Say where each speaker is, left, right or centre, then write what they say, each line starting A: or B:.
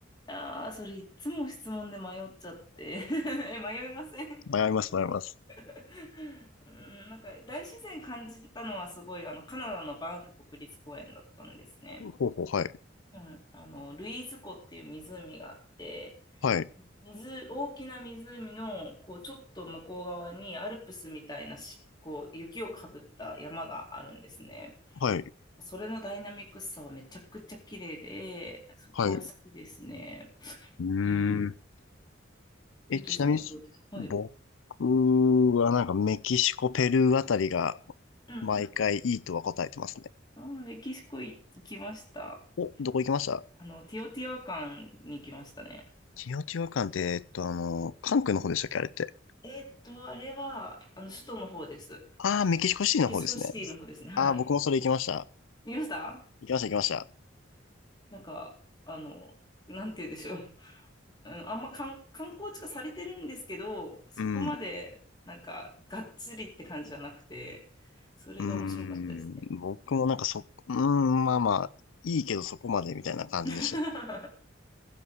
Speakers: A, on the left; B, on the left.
A: ああ、それいつも質問で迷っちゃって。<laughs> え、迷いません。
B: 迷います、迷います。
A: <laughs> うん、なんか大自然感じたのはすごい、あの、カナダのバンフ国立公園だったんですね。
B: ほうほう、はい。
A: うん、あの、ルイーズ湖っていう湖があって、
B: はい、
A: 水、大きな湖の、こう、ちょっと向こう側にアルプスみたいなし、こう、雪をかぶった山があるんですね。
B: はい、
A: それのダイナミックさはめちゃくちゃ綺麗で、そこは好きですね。
B: はい。うーん。
A: うん。ゆうとさんはどうですかはい。
B: え、ちなみに、僕はなんかメキシコ、ペルーあたりが
A: うん。
B: 毎回いいとは答えてますね。
A: あー、メキシコ行きました。
B: お、どこ行きました
A: あの、ティオティワカンに行きましたね。
B: チオチワカンって、えっと、あの、関空の方でしたっけあれって。
A: えーっと、あれは、あの、首都の方です。
B: ああ、メキシコシティの方ですね。
A: メキシコシティの方ですね。はい。
B: ああ、僕もそれ行きました。
A: 見ました
B: 行きました、行きました。
A: なんか、あの、なんて言うんでしょう。うん、あんま観観光地化されてるんですけど、そこまでなんかがっつりって感じじゃなくて、
B: うん。う
A: それが面白かったですね。
B: ーん。僕もなんかそ、うーん、まあまあ、いいけどそこまでみたいな感じでした。
A: <laughs>